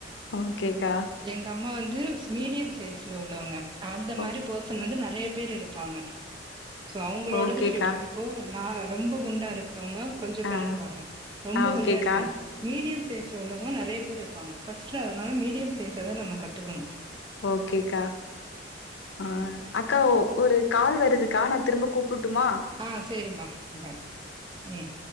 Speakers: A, on the left; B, on the right.
A: பொன் கேட்டா
B: எங்க அம்மா வந்து மீடியம் சைஸ்ல உள்ளவங்க அந்த
A: ஓ
B: மாதிரி பெர்சன் வந்து நெறைய பேர் இருப்பாங்க சோ அவங்களோடது
A: ஓகேக்கா
B: செட் இப்போ நான் ரொம்ப குண்டா இருக்கிறவங்க கொஞ்சம்
A: ஆ
B: பேர் இருப்பாங்க ரொம்ப
A: ஆ ஓகேக்கா
B: ஒல்லியா இருக்கிறவங்க மீடியம் சைஸ்ல உள்ளவங்க நிறைய பேர் இருப்பாங்க ஃபர்ஸ்ட்டு அதனால மீடியம் சைஸை தான் நம்ம கத்துக்கணும்
A: ஓகேக்கா ஆ அக்கா ஒரு கால் வருதுக்கா நான் திரும்ப கூப் ட்டுமா
B: ஆ சேரிம்மா பாய் ம்